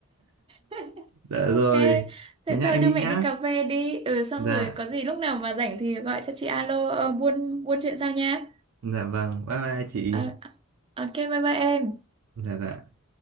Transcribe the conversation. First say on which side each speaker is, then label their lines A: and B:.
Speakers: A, on the right; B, on the right.
A: <laughs>
B: Dạ rồi.
A: Ok,
B: Thế
A: thế
B: nhá,
A: thôi
B: em
A: đưa
B: đi
A: mẹ
B: nhá.
A: đi cà phê đi. Ừ xong
B: Dạ,
A: rồi có gì lúc nào mà rảnh thì gọi cho chị alo ờ, buôn buôn chuyện sau nha.
B: dạ vâng. Bye bye chị.
A: Ờ, ok bye bye em.
B: Dạ dạ.